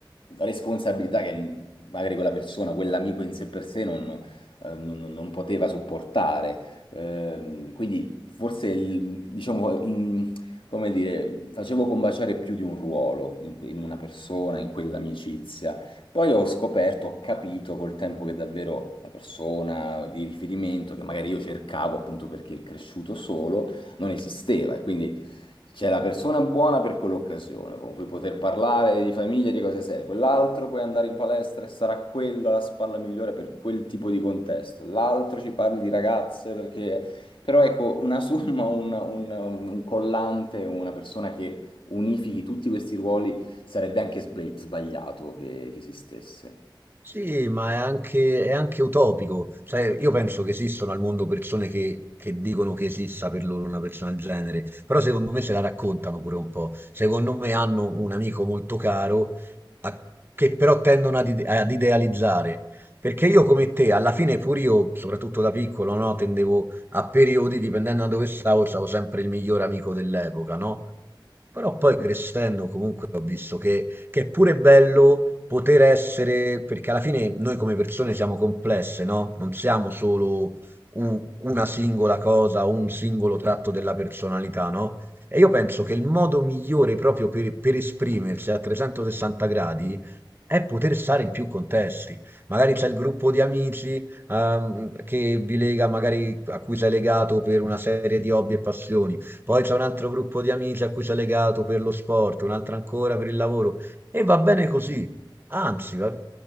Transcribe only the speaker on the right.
Sì, ma è anche, è anche utopico. Cioè, io penso che esistano al mondo persone che, che dicono che esista per loro una persona del genere, però secondo me se la raccontano pure un po'. Secondo me hanno un amico molto caro a- che però tendono ad, ide- ad idealizzare. Perché io come te, alla fine pure io, soprattutto da piccolo, no, tendevo a periodi, dipendendo da dove stavo, stavo sempre il miglior amico dell'epoca, no? Però poi crescendo comunque ho visto che che è pure bello poter essere, perché alla fine noi come persone siamo complesse, no? Non siamo solo u- una singola cosa o un singolo tratto della personalità, no? E io penso che il modo migliore proprio per, per esprimersi a 360 gradi è poter stare in più contesti. Magari c'è il gruppo di amici, ehm, che vi lega, magari a cui sei legato per una serie di hobby e passioni. Poi c'è un altro gruppo di amici a cui sei legato per lo sport, un altro ancora per il lavoro. E va bene così, anzi, va-